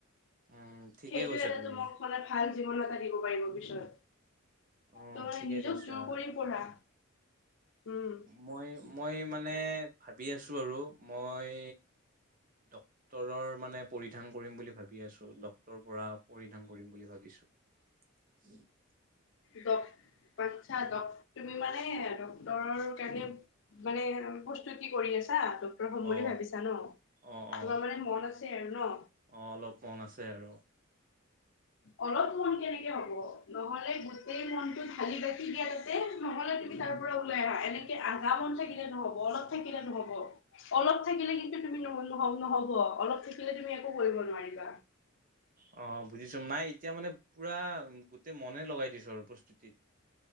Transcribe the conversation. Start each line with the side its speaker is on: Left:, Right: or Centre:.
Right: উম ঠিকে
Left: সেইটোয়ে
Right: কৈছা
Left: এটা
Right: তুমি
Left: তোমোক মানে ভাল জীৱন এটা দিব পাৰিব পিছত
Right: অ
Left: ত মানে
Right: ঠিকে
Left: নিজক
Right: কৈছা
Left: যোৰ কৰি পঢ়া উম
Right: মই মই মানে ভাবি আছোঁ আৰু মই ট ডক্তৰৰ মানে পৰিধান কৰিম বুলি ভাবি আছো ডক্তৰ পৰা পৰিধান কৰিম বুলি ভাবিছোঁ <unintelligible>
Left: ড আচ্ছা ড তুমি মানে ডক্তৰৰ কাৰণে মানে প্ৰস্তুতি কৰি আছা তোক ডক্তৰ হ'ম বুলি
Right: অ
Left: ভাবিছা ন
Right: অ অ
Left: তোমাৰ মানে মন আছে আৰু ন
Right: অ অলপ মন আছে আৰু
Left: অলপ মন কেনেকে হব নহলে গোটেই মনটো ঢালি বাকি দিয়া তাতে নহলে তুমি তাৰ পৰা ওলাই আহা এনেকে আধা মন থাকিলে নহব অলপ থাকিলে নহব অলপ থাকিলে কিন্তু তুমি ন ন নহব অলপ থাকিলে তুমি একো কৰিব নোৱাৰিবা
Right: অ বুজিছো নাই এতিয়া মানে পুৰা গোটেই মনে লগাই দিছো আৰু প্ৰস্ত তিত